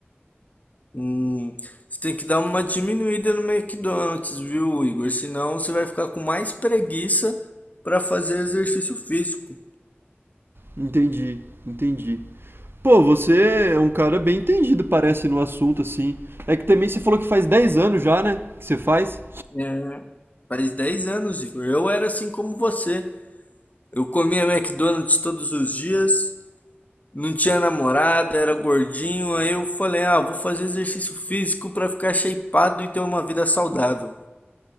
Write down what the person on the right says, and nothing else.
Entendi, entendi. Pô, você é um cara bem entendido, parece, no assunto, assim. É que também você falou que faz 10 anos já, né? Que você faz.